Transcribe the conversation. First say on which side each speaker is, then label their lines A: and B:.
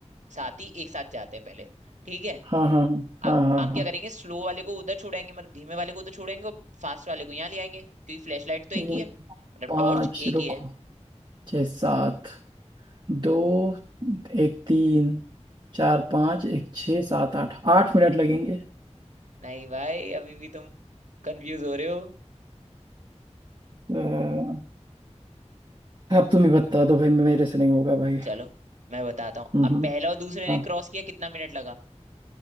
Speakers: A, on the right; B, on the right.
A: साथी एक साथ जाते हैं पहले ठीक है
B: हाँ हाँ
A: अब
B: हाँ हाँ हाँ
A: हम
B: हाँ
A: क्या करेंगे स्लो वाले को उधर छोड़ेंगे मतलब धीमे वाले को उधर छोड़ेंगे और फास्ट वाले को यहाँ ले आएंगे क्योंकि फ्लैश लाइट तो
B: तीन
A: एक ही है मतलब
B: पाँच
A: टॉर्च एक
B: रुको
A: ही है
B: छः सात दो एक तीन चार पाँच एक छः सात आठ आठ मिनट लगेंगे
A: नहीं भाई अभी भी तुम कंफ्यूज हो रहे हो
B: अ, अब तुम ही बता दो भाई मेरे से नहीं होगा भाई
A: चलो मैं बताता हूँ
B: हम्म
A: अब
B: हम्म।
A: पहला और दूसरे ने
B: हाँ
A: क्रॉस किया कितना मिनट लगा